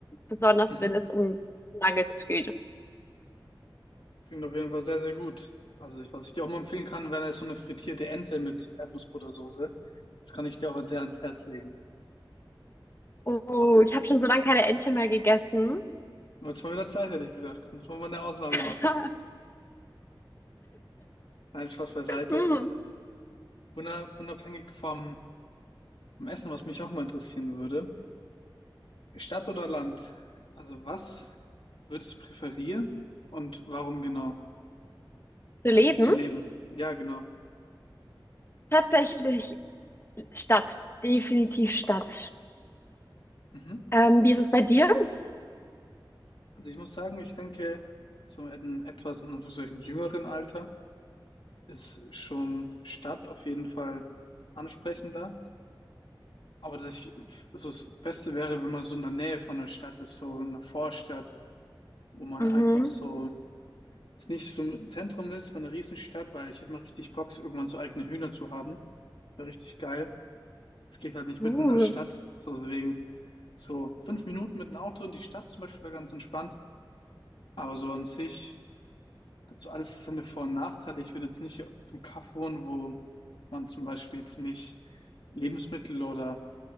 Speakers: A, on the left (about 30°); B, on the left (about 80°).
A: besonders
B: mhm.
A: wenn es um Nuggets geht.
B: Klingt auf jeden Fall sehr, sehr gut. Also, ich, was ich dir auch mal empfehlen kann, wäre so eine frittierte Ente mit Erdnussbuttersoße. Das kann ich dir auch sehr ans Herz legen.
A: Oh, ich habe schon so lange keine Ente mehr gegessen.
B: Wird schon wieder Zeit, hätte ich gesagt. Muss man mal eine Ausnahme
A: <laughs>
B: machen. Nein, Spaß beiseite.
A: Hm,
B: Una- Unabhängig vom, vom Essen, was mich auch mal interessieren würde. Stadt oder Land? Also, was würdest du präferieren und warum genau?
A: zu
B: Also,
A: leben?
B: zu leben. Ja, genau.
A: Tatsächlich Stadt. Definitiv Stadt.
B: Mhm.
A: Ähm, wie ist es bei dir?
B: Also, ich muss sagen, ich denke, so in etwas in einem solchen jüngeren Alter. ist schon Stadt auf jeden Fall ansprechender. Aber das, ich- also das Beste wäre, wenn man so in der Nähe von der Stadt ist, so in einer Vorstadt, wo man
A: Mhm.
B: einfach so jetzt nicht so im Zentrum ist von einer Riesenstadt, weil ich hätte mal richtig Bock, irgendwann so eigene Hühner zu haben. Wäre richtig geil. Es geht halt nicht
A: Uh.
B: mitten in der Stadt. So deswegen so fünf Minuten mit dem Auto in die Stadt zum Beispiel wäre ganz entspannt. Aber so an sich Hat so alles seine Vor- und Nachteile. Ich würde jetzt nicht auf dem Kaff wohnen, wo man zum Beispiel jetzt nicht Lebensmittel oder